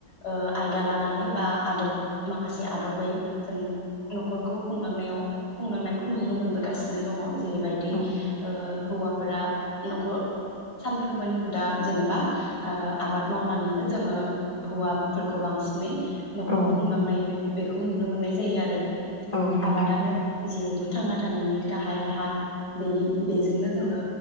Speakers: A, on the left (about 55°); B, on the left (about 20°).
A: ओ आयदा लानानै बा आदब माखासे आदबै जों नखरखौ खुंलांनायाव खुंलांनायखौ नुनो मोनबोगासिनो। नो दङ। जेरैबायदि
B: औ
A: ओ। हौवाफोरा नखर सानफ्रोमबोनि हुदा जेनेबा ओ आबाद मावनानैनो जोङो हौवाफोरखौ बांसिनै न'खर
B: औ
A: खुंलांनाय बे बेखौ नुनो मोननाय जायो आरो।
B: औ नोंथां
A: आबादानो जि थांना थानायनि गाहाय राहा बेनि बेजोंनो जोङो